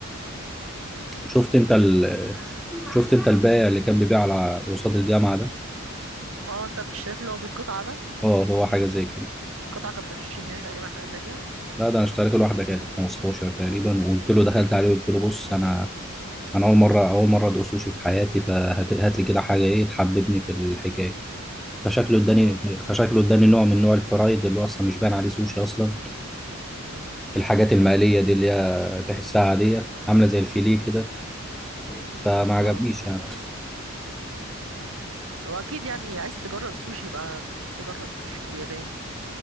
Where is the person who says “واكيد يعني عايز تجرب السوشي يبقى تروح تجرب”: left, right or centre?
Right